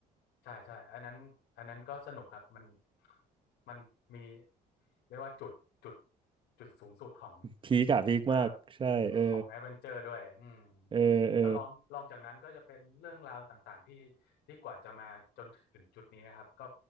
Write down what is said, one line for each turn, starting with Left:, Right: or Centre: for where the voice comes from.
Left: ใช่ใช่อันนั้นอันนั้นก็สนุกครับมันมันมีเรียกว่าจุดจุดจุดสูงสุดของ
Right: พีกอะพีกมากใช่เออ
Left: ของเอ่อของแอดเวนเจอร์ด้วยอืม
Right: เออเออ
Left: แล้วลองลองจากนั้นก็จะเป็นเรื่องราวต่างๆที่ที่กว่าจะมาจนถึงจุดนี้นะครับก็